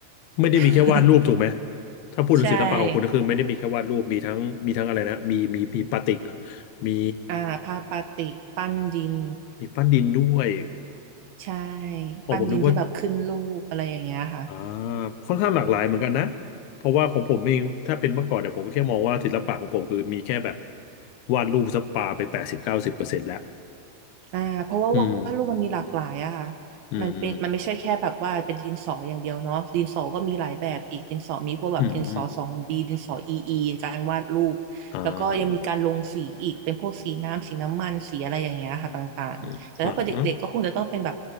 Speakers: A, on the left; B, on the right.
A: ไม่ได้มีแค่วาดรูปถูกไหม
B: <laughs>
A: ถ้าพูดถึงศิลปะของคุณก็คือไม่ได้มีแค่วาดรูปมีทั้งมีทั้งอะไรนะมีมีมีปาติก
B: ใช่
A: มี
B: อ่าผ้าปาติกปั้นดิน
A: มีปั้นดินด้วย
B: ใช่
A: โอ้ผมนึกว่า
B: ปั้นดินที่แบบขึ้นรูปอะไรอย่างเงี้ยค่ะ
A: อ่าค่อนข้างหลากหลายเหมือนกันนะเพราะว่าของผมเองถ้าเป็นเมื่อก่อนเนี่ยผมก็แค่มองว่าศิลปะของผมคือมีแค่แบบวาดรูปสปาไปแปดสิบเก้าสิบเปอร์เซ็นต์แล้ว
B: อ่าเพราะว่าวาดรูปมันมีหลากหลายอะค่ะ
A: อืมอืม
B: มันเป็นมันไม่ใช่แค่แบบว่าเป็นดินสออย่างเดียวเนาะดินสอก็มีหลายแบบอีกดินสอมีพวกแบบดินสอสองบีดินสออีอีการวาดรูปแล้วก็ยังมีการลงสีอีกเป็นพวกสีน้ำสีน้ำมันสีอะไรอย่างเงี้ยค่ะต่างๆแต่ถ้าเป็นเด็กๆก็คงจะต้องเป็นแบบ
A: อืมอืมอ่าอืมอ่าฮะ